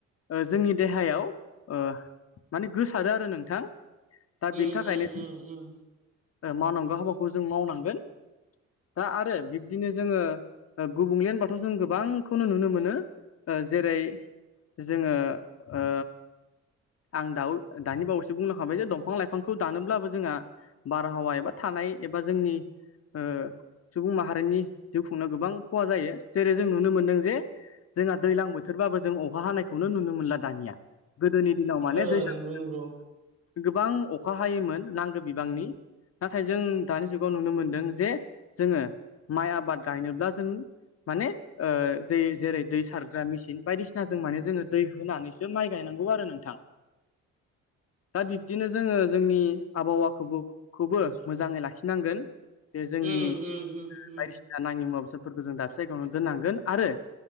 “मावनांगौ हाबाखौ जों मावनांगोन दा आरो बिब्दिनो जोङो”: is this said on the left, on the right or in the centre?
Left